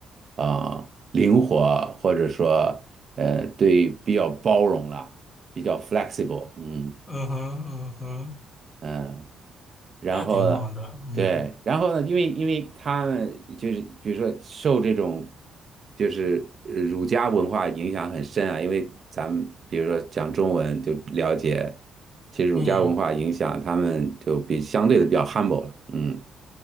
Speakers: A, on the right (about 45°); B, on the left (about 20°).
A: 啊、灵活，或者说，呃，对，比较包容了，比较 flexible，嗯
B: <laughs> 嗯哼嗯哼，
A: 嗯、呃然后呢，
B: 那挺好的，嗯
A: 对，然后呢，因为因为他们就是比如说受这种就是呃儒家文化影响很深啊，因为咱们比如说讲中文就了解，其实儒家文化影响他们就比相对的比较
B: 嗯
A: humble 了，嗯。